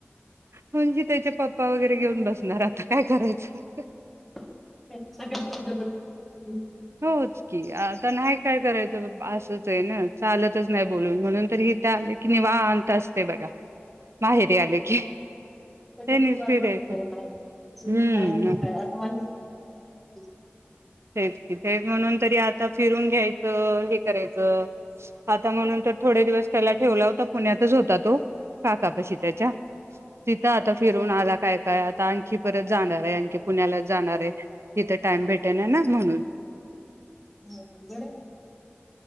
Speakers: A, on the right (about 75°); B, in the centre.
A: म्हणजे पप्पा वैगरे घेऊन बस घरात काय करायचं
B: ह्यांच्या कडे तो दगड <inaudible>
A: होच की आता नाही काय करायचं असंच आहे ना चालतच नाही बोलून म्हणून तर हिथं आले कि निवांत असते बघा माहेरी आले की
B: <unintelligible>
A: त्यांनीच फिरायचं हम्म
B: ह
A: तेच की तेच म्हणून तरी आता फिरून घ्यायचं हे करायचं आता म्हणून तर थोडे दिवस त्याला ठेवला होता पुण्यात तिथेच होता तो काका पशी त्याच्या तिथं आता फिरवून आला काय काय आता आणखी परत जाणार आहे आणखी पुण्याला जाणार आहे तिथं टाइम भेट त्यांना ना म्हणून
B: हा बरं